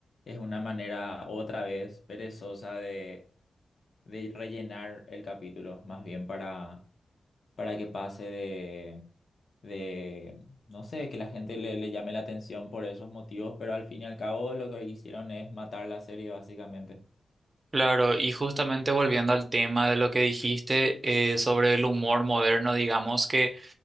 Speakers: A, on the left (about 60°); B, on the right (about 40°).
A: es una manera otra vez perezosa de, de rellenar el capítulo, más bien para, para que pase de, de, no sé, que la gente le, le llame la atención por esos motivos, pero al fin y al cabo lo que hicieron es matar la serie básicamente.
B: Claro, y justamente volviendo al tema de lo que dijiste eh, sobre el humor moderno, digamos que